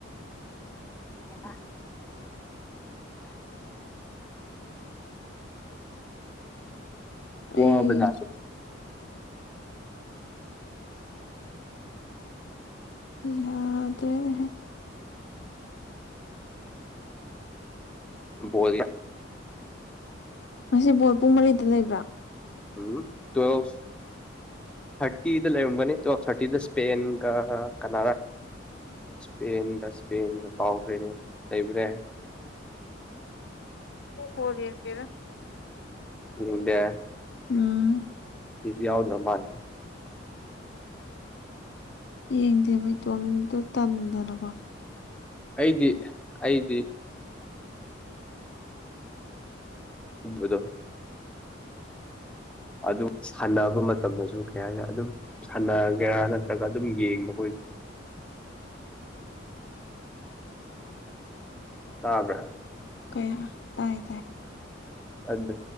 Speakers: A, in the centre; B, on the left (about 60°).
A: ꯑ
B: ꯑꯩ
A: ꯋꯥꯕꯖꯥꯗ
B: ꯌꯥ ꯑꯗꯨꯅꯦ
A: ꯕꯣꯜ
B: ꯉꯁꯤ ꯕꯣꯣꯔꯠ ꯄꯨꯡ ꯃꯔꯤꯗ ꯂꯩꯕ꯭ꯔꯥ
A: ꯎꯝ ꯇꯋ ꯊꯥꯔꯇꯤꯗ ꯂꯩꯔꯝꯒꯅꯤꯣ ꯊꯥꯔꯇꯤꯗ ꯏꯁꯄꯦꯟꯒ ꯀꯅꯥꯔꯥ ꯏꯁꯄꯦꯟꯒ ꯏꯁꯄꯦꯟꯒ ꯀꯥꯎꯈ꯭ꯔꯦ ꯂꯩꯕ꯭ꯔꯦ
B: ꯍꯣꯗꯤ ꯌꯦꯟꯗꯦꯔ
A: ꯎꯗꯦ
B: ꯎꯝ
A: ꯌꯥꯎꯗ꯭ꯔ ꯃꯥꯅꯦ
B: ꯌꯦꯡꯗꯦꯕ ꯏꯇꯣꯝꯇ ꯇꯟꯗꯅꯀꯣ
A: ꯑꯩꯗꯤ ꯑꯩꯗꯤꯗꯤ ꯊꯗ ꯑꯗꯨ ꯁꯥꯟꯅꯕ ꯃꯇꯝꯗꯁꯨ ꯀꯩ ꯍꯥꯏ ꯑꯗꯨꯝ ꯁꯥꯟꯅꯒꯦꯔꯥ ꯅꯠꯇ꯭ꯔꯒ ꯑꯗꯨꯝ ꯌꯦꯡꯕ <unintelligible> ꯇꯕ
B: ꯀꯌꯥ ꯇꯥꯏ ꯇꯥꯏ
A: ꯑꯗꯨ